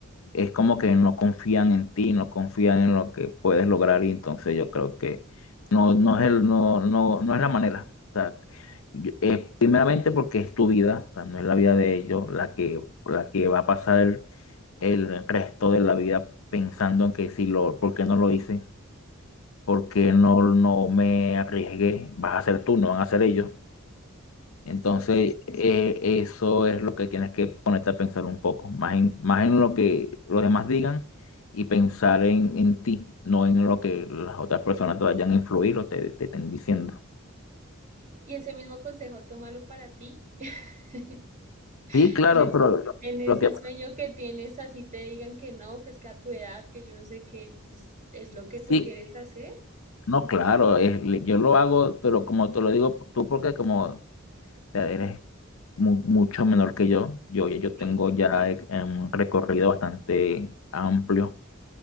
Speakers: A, on the left; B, on the right.
A: es como que no confían en ti, no confían en lo que puedes lograr, y entonces yo creo que no, no es el, no, no, no es la manera. O sea, yo- eh, primeramente porque es tu vida, o sea, no es la vida de ellos la que, la que va a pasar el, el resto de la vida pensando en que si lo, ¿por qué no lo hice? porque no, no me arriesgué, vas a ser tú, no van a ser ellos. Entonces,
B: Sí, es cierto.
A: eh, eso es lo que tienes que ponerte a pensar un poco, más en, más en lo que los demás digan y pensar en, en ti, no en lo que las otras personas te vayan a influir o te, te estén diciendo.
B: Y ese mismo consejo, tómalo para ti. <laughs>
A: Sí, claro,
B: En ese,
A: pero lo,
B: en ese
A: lo que
B: sueño que tienes, así te digan que no, que es que a tu edad, que yo no sé qué, pues es lo que tú
A: sí,
B: quieres hacer.
A: no, claro, es- le- yo lo hago, pero como te lo digo tú, porque como sea, eres mu- mucho menor que yo. Yo, yo
B: Sí.
A: tengo ya eh, un recorrido bastante amplio,